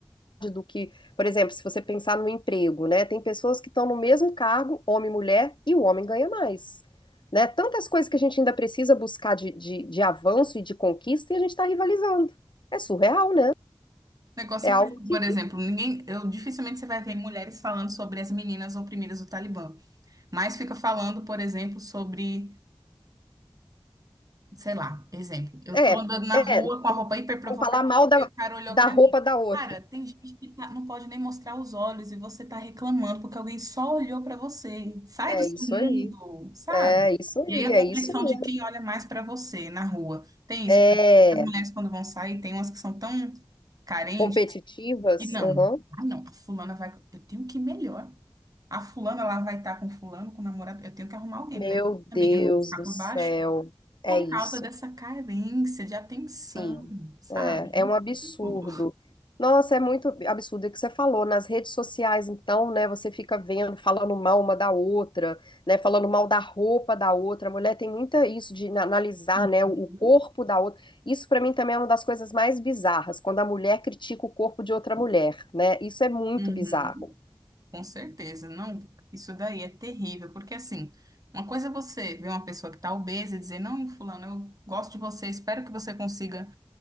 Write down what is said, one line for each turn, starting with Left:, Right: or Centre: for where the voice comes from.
Left: do que, por exemplo, se você pensar no emprego, né? Tem pessoas que estão no mesmo cargo, homem e mulher, e o homem ganha mais. Né? Tantas coisas que a gente ainda precisa buscar de, de, de avanço e de conquista e a gente está rivalizando. É surreal, né?
Right: negócio
Left: É algo
Right: é que, assim,
Left: que.
Right: por exemplo, ninguém, eu dificilmente você vai ver mulheres falando sobre as meninas oprimidas do Talibã, mas fica falando, por exemplo, sobre sei lá, exemplo, eu
Left: É,
Right: tô andando na
Left: é.
Right: rua com a roupa hiper provocativa
Left: Vão falar mal da,
Right: e o cara olhou
Left: da
Right: pra
Left: roupa
Right: mim.
Left: da outra.
Right: Cara, tem gente que tá- não pode nem mostrar os olhos e você tá reclamando porque alguém só olhou pra você. Sai
Left: É
Right: do seu
Left: isso
Right: mundo,
Left: aí.
Right: sabe?
Left: É isso aí.
Right: E aí a
Left: É
Right: competição
Left: isso mesmo.
Right: de quem olha mais pra você na rua. Tem
Left: É.
Right: isso também. As mulheres quando vão sair, tem umas que são tão carentes
Left: Competitivas.
Right: e não.
Left: uhum.
Right: Ah, não, a fulana vai, eu tenho que ir melhor. A fulana lá vai estar com fulano, com o namorado, eu tenho que arrumar alguém
Left: Meu
Right: pra ir também.
Left: Deus
Right: Eu não vou ficar
Left: do
Right: por
Left: céu.
Right: baixo
Left: É
Right: por
Left: isso.
Right: causa dessa carência de atenção,
Left: Sim,
Right: sabe?
Left: é, é um absurdo.
Right: Ridículo.
Left: Nossa, é muito absurdo É o que você falou. Nas redes sociais, então, né, você fica vendo, falando mal uma da outra, né, falando mal da roupa da outra. A mulher tem muita isso de na- analisar,
Right: Uhum.
Left: né, o o corpo da outra. Isso pra mim também é uma das coisas mais bizarras, quando a mulher critica o corpo de outra mulher, né? Isso é muito
Right: Uhum.
Left: bizarro.
Right: Com certeza, não. Isso daí é terrível, porque assim, uma coisa é você ver uma pessoa que está obesa e dizer, não, fulano, eu gosto de você, espero que você consiga